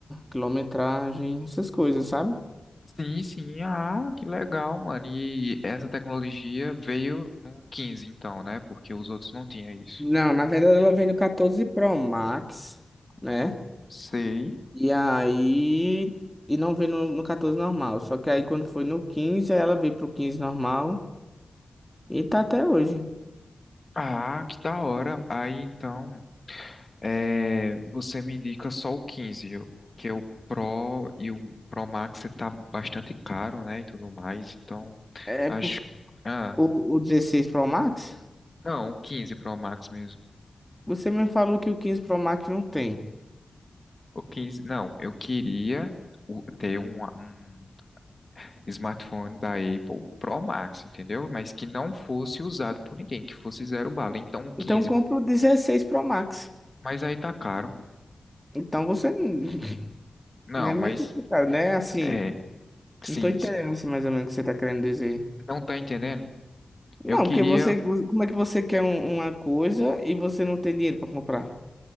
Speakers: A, in the centre; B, on the left.
A: quilometragem, essas coisas, sabe?
B: Sim, sim. Ah, que legal, mano. E essa tecnologia veio no 15 então, né? Porque os outros não tinham isso.
A: Não, na verdade ela vem no 14 Pro Max. né?
B: Sei.
A: E aí. E não veio no, no 14 normal. Só que aí quando foi no 15, ela veio pro 15 normal. E tá até hoje.
B: Ah, que da hora. Aí então. É, você me indica só o 15, eu- porque o Pro e o Pro Max tá bastante caro, né, e tudo mais. Então,
A: É
B: acho...
A: por,
B: Ah,
A: o, o 16 Pro Max?
B: não, o 15 Pro Max mesmo.
A: Você me falou que o 15 Pro Max não tem.
B: O 15, não, eu queria o- ter um, um smartphone da Apple Pro Max, entendeu? Mas que não fosse usado por ninguém, que fosse zero bala. Então, o 15.
A: Então compra o 16 Pro Max.
B: Mas aí tá caro.
A: Então você. <laughs>
B: Não,
A: É meio
B: mas...
A: complicado, né? Assim.
B: É, sim,
A: Não tô entendendo
B: sim.
A: assim, mais ou menos o que você tá querendo dizer.
B: Não tá entendendo?
A: Não,
B: Eu queria
A: porque você. Como é que você quer um- uma coisa e você não tem dinheiro pra comprar?